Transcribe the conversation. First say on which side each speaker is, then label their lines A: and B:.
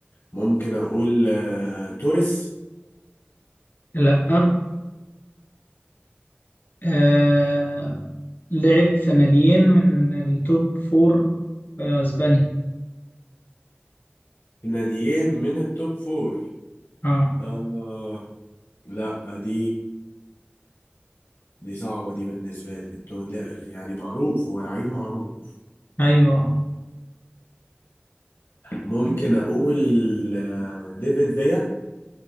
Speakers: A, on the left (about 80°); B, on the left (about 55°).
A: ممكن اقول آه توريس
B: لا آه، لعب في ناديين من التوب فور في اسبانيا
A: في ناديين من التوب فور
B: اه
A: آه لا دي دي صعبة دي بالنسبة لي تو- لا، يعني معروف هو لعيب معروف
B: ايوه
A: ممكن أقول آه، ديفيد فيا